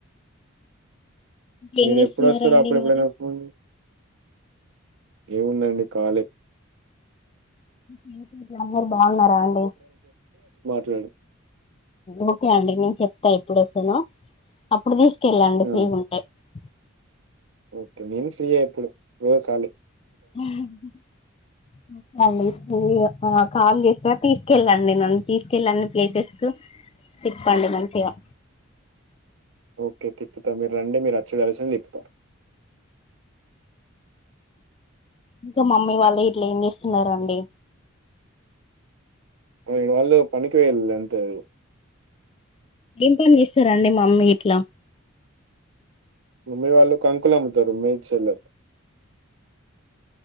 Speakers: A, on the left; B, on the right.
A: ఏం
B: మీరు
A: చేస్తున్నారండి
B: ఎప్పుడు వస్తారు అప్పుడ ఎప్పుడైనా
A: మరి
B: ఫోన్ ఏముందండి కాలే
A: మీరందరు బాగున్నారా అండి
B: చే
A: ఓకే అండి నేను చెప్తా ఇప్పుడు ఓకే నా అప్పుడుది కెళ్లండి
B: ఆ!
A: ఫ్రీగుంటే ఉంటే
B: ఓకే మీమ్ ఫ్రీయే ఇప్పుడు రోజ్ చాలు
A: ఆహా ఆలు అది కాల్ చేస్తా తీసుకెళ్ళండి నన్ను తీసుకెళ్ళ అన్ని ప్లేసెస్ తిప్పండి మంచిగా
B: ఓకే తిప్పుతా మీరు రండి మీరు వచ్చి కలిసి తిప్తా
A: ఇంకా మమ్మీ వాళ్ళు ఇట్లా ఏం చేస్తున్నరండి
B: వాయ్ వాళ్ళు పనికి వెళ్తారు
A: ఏం పని చేస్తారండి మమ్మీ ఇట్లా
B: మమ్మీ వాళ్ళు కాంకులు అమ్ముతారు మీచేల్లా